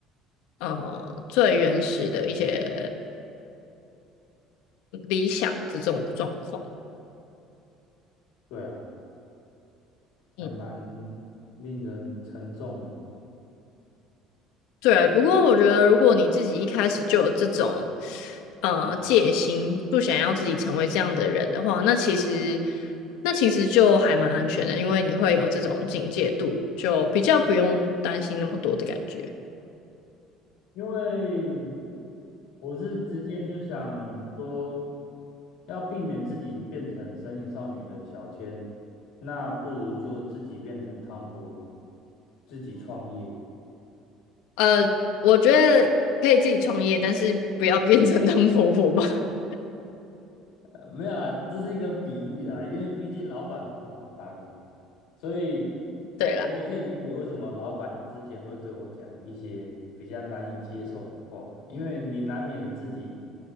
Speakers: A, on the left (about 85°); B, on the left (about 70°).
A: 呃，最原始的一些嗯理想这种状况。
B: 对啊，
A: 嗯。
B: 还蛮令人沉重的。
A: 对，不过我觉得，如果你自己一开始就有这种呃戒心，不想要自己成为这样的人的话，那其实那其实就还蛮安全的，因为你会有这种警戒度，就比较不用担心那么多的感觉。
B: 因为我是直接就想说，要避免自己变成神隐少女的小千，那不如就自己变成汤婆婆，自己创业。
A: 呃，我觉得可以自己创业，但是不要变成当婆婆吧。<laughs>
B: 呃没有啦，这是一个比喻啦，因为毕竟老板不好当，所以
A: 对啦。
B: 我我可以理解为什么老板之前会对我讲一些比较难以接受的话，因为你难免自己